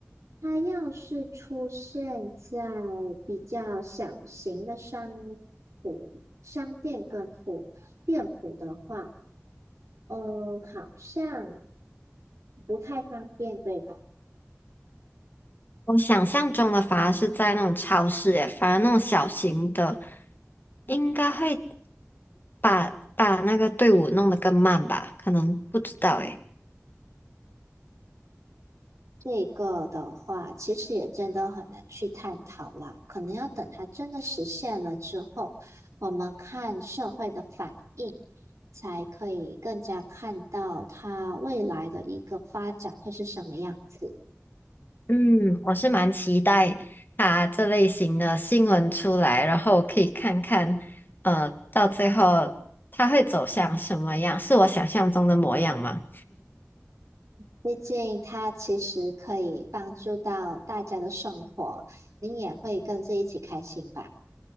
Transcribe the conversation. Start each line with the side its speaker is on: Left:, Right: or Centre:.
Right: 它要是出现在比较小型的商铺、商店跟铺店铺的话，嗯，好像不太方便，对吧？
Left: 我想象中的反而是在那种超市，诶，反而那种小型的，应该会把把那个队伍弄得更慢吧？可能不知道，诶。
Right: 这个的话，其实也真的很难去探讨啦，可能要等它真的实现了之后，我们看社会的反应，才可以更加看到它未来的一个发展会是什么样子。
Left: 嗯，我是蛮期待它这类型的新闻出来，然后可以看看，呃，到最后它会走向什么样？是我想象中的模样吗？
Right: 毕竟它其实可以帮助到大家的生活，你也会跟着一起开心吧。